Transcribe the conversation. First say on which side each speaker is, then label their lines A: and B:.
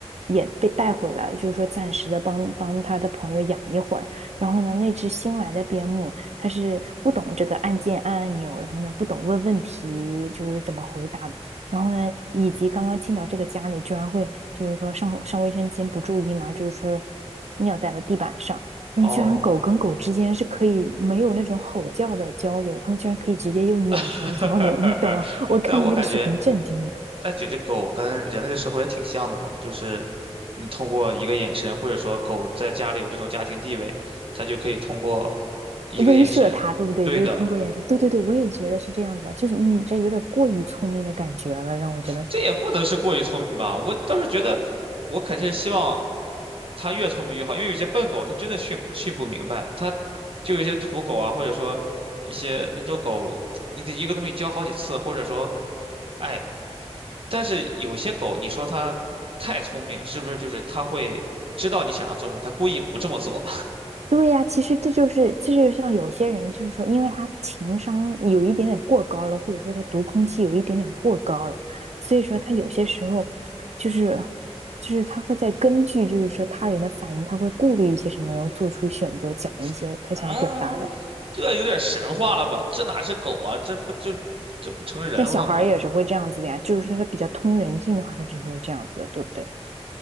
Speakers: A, on the right; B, on the right.
A: 也被带回来了，就是说暂时的帮帮他的朋友养一会儿。然后呢，那只新来的边牧，它是不懂这个按键按按钮，然后呢不懂问问题，就是怎么回答的然后呢，以及刚刚进到这个家里，居然会就是说上上卫生间不注意嘛，就是说尿在了地板上。他们居然狗跟狗之间是可以没有那种吼叫的交流，
B: 哦，
A: 他们居然可以直接用眼神交流，
B: <laughs>
A: 你懂吗？我看到那个视频震惊了，
B: 但我感觉。但这只狗跟人类的生活也挺像的嘛，就是你通过一个眼神，或者说狗在家里有这种家庭地位，它就可以通过一个眼神，
A: 威慑它，对不对？
B: 对的，
A: 就是通过眼神。对对对，我也觉得是这样子，就是你这有点过于聪明的感觉了，让我觉得
B: 这也不能是过于聪明吧？我倒是觉得，我肯定是希望它越聪明越好，因为有些笨狗它真的训训不明白，它就有一些土狗啊，或者说一些那种狗，你得一个东西教好几次，或者说，哎，但是有些狗你说它太聪明，是不是就是它会知道你想要做什么，它故意不这么做？
A: 对呀，其实这就是，这就是像有些人，就是说，因为他情商有一点点过高了，或者说他读空气有一点点过高了，所以说他有些时候就是，就是他会在根据就是说他人的反应，他会顾虑一些什么，然后做出选择，讲一些他想要表达的。
B: <laughs> 嗯，这有点神话了吧？这哪是狗啊？这不就这不成人了吗？
A: 但小孩儿也是会这样子的呀，就是说他比较通人性的话，他就是会这样子的对不对？